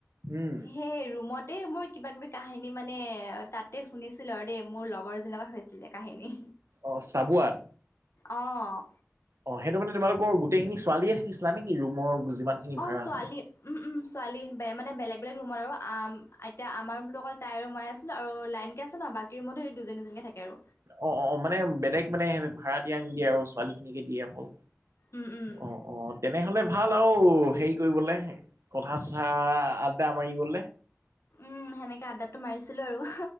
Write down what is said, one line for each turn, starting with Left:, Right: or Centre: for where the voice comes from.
Right: উম
Left: সেই ৰুমত- ততে মই কিবা কিবি কাহিনী মানে তাতে শুনিছিলো আৰু দেই মোৰ লগৰজন লগত হৈছিলে কাহিনী
Right: অ চাবুৱাত
Left: অঁ
Right: অ সেইটো মানে তোমালোকৰ গোটেইখিনি ছোৱালীয়ে থাকিছিলা নেকি ৰুমৰ। যিমান খিনি
Left: অ
Right: ভাড়া
Left: ছোৱালী
Right: আছিলে?
Left: উম উম ছোৱালী বে মানে বেলেগ বেলেগ ৰুমৰ আৰু আ এতিয়া আমাৰ ৰুমটো অকল তাইৰো মাই আছিল আৰু লাইন কে আছে ন বাকী ৰুমতো সেই দুজনীজনীকে থাকে আৰু
Right: অ অ মানে বেলেগ মানে ভাড়া দিয়া নিদিয়ে আৰু ছোৱালী খিনিকে দিয়ে অকল
Left: উম উম
Right: অ অ তেনেহলে ভাল আৰু হেৰি কৰিবলৈ কথা চথা আড্ডা মাৰিবলে
Left: উম সেনেকে আদ্ডাতটো মাৰিছিলো আৰু